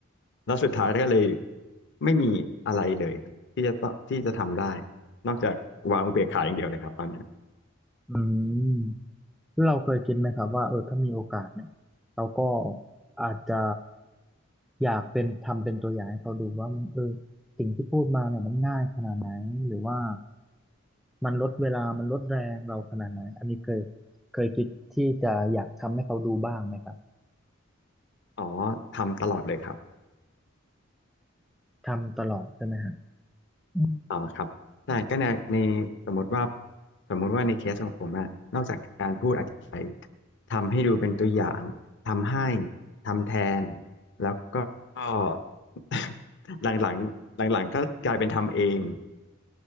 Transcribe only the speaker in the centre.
อืมแล้วเราเคยคิดไหมครับว่าเออถ้ามีโอกาสเนี่ยเราก็อาจจะอยากเป็นทำเป็นตัวอย่างให้เขาดูว่ามันเออสิ่งที่พูดมาเนี่ยมันง่ายขนาดไหนหรือว่ามันลดเวลามันลดแรงเราขนาดไหนอันนี้เคยเคยคิดที่จะอยากทำให้เขาดูบ้างไหมครับ
ทำตลอดใช่ไหมฮะอื